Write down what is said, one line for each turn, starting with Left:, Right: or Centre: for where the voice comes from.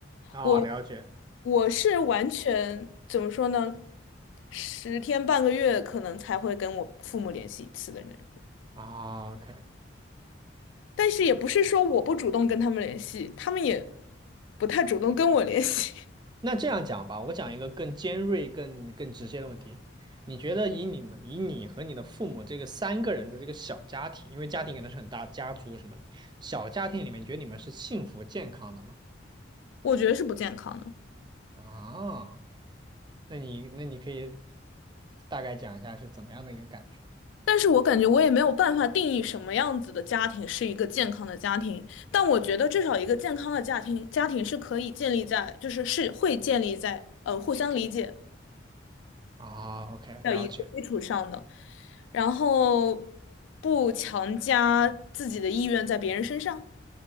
Right: 哦，
Left: 我
Right: 了解，
Left: 我是完全怎么说呢？十天半个月可能才会跟我父母联系一次的人，
Right: 哦，OK，
Left: 但是也不是说我不主动跟他们联系，他们也不太主动跟我联系，
Right: 那这样讲吧，我讲一个更尖锐、更更直接的问题。你觉得以你们、以你和你的父母这个三个人的这个小家庭，因为家庭可能是很大，家族什么的，小家庭里面，你觉得你们是幸福健康的吗？
Left: <laughs> 我觉得是不健康的。
Right: 啊，那你那你可以大概讲一下是怎么样的一个感觉？
Left: 但是我感觉我也没有办法定义什么样子的家庭是一个健康的家庭，但我觉得至少一个健康的家庭，家庭是可以建立在，就是是会建立在呃互相理解。
Right: 啊，OK，
Left: 的一个基础上的，
Right: 了解，
Left: 然后不强加自己的意愿在别人身上